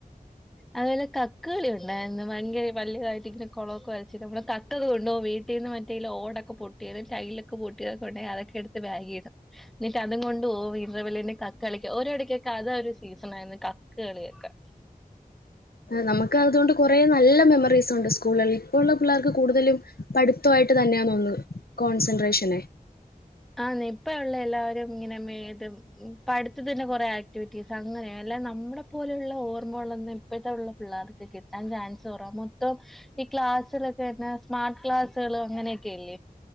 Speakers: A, in the centre; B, on the left.
A: അതു പോലെ കക്ക്കളി ഉണ്ടായിര്ന്ന്‌ ഭയങ്കര വല്യതായിട്ട് ഇങ്ങനെ കൊളോക്കെ വരച്ച് നമ്മുടെ <unintelligible> കൊണ്ടോവും വീട്ടീന്ന് മറ്റേ ഓടൊക്കെ പൊട്ടിയതും ടൈലൊക്കെ പൊട്ടിയതും കൊണ്ടേയ് അതൊക്കെടുത്ത് ബാഗീടും എന്നിട്ടതും കൊണ്ട്‌ പോവും ഇന്റർ ബെല്ലിന് കക്ക് കളിക്കും ഓരിടക്കൊക്കെ അത് ഒരു സീസണായിരുന്നു കക്ക് കളിയൊക്കെ
B: നമക്ക് അതോണ്ട് കുറെ നല്ല മെമ്മറീസ് ഉണ്ട് സ്കൂളുകളിൽ ഇപ്പോ ഉള്ള പിള്ളേർക്ക് കൂടുതലും പഠിത്തുവായിട്ട് തന്നെയാണോന്ന് കോൺസെൻട്രേഷന്
A: ആന്നേ ഇപ്പ ഉള്ള എല്ലാവരും ഇങ്ങനെ ഇത് പടിത്തതിന്റെ കൊറെ ആക്ടിവിറ്റീസ് അങ്ങനെയാ ല്ലാതെ നമ്മള പോലെയുള്ള ഓർമ്മകളൊന്നും ഇപ്പോഴത്തെ ഉള്ള പിള്ളേർക്ക് കിട്ടാൻ ചാൻസ് കുറവാ മൊത്തോം ഈ ക്ലാസിറെക്കെ അന്നെ സ്മാർട്ട് ക്ലാസുകൾ അങ്ങനെയൊക്കെല്ലേ